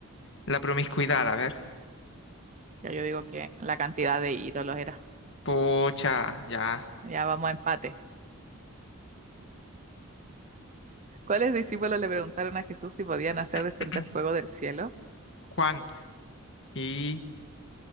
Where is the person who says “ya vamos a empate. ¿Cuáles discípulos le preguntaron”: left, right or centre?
Right